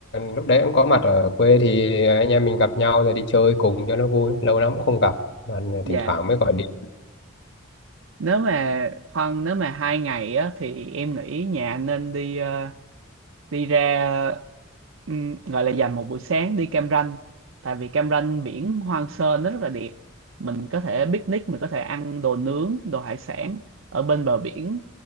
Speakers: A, on the left; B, on the right.
A: lúc đấy em có mặt ở quê thì anh em mình gặp nhau rồi đi chơi cùng cho nó vui lâu lắm cũng không gặp mà
B: Dạ.
A: thỉnh thoảng mới gọi điện
B: nếu mà Khoan nếu mà hai ngày á thì em nghĩ nhà nên đi ờ, đi ra ừm, gọi là dành một buổi sáng đi Cam Ranh tại vì Cam Ranh biển hoang sơ nó rất là đẹp mình có thể picnic mình có thể ăn đồ nướng đồ hải sản ở bên bờ biển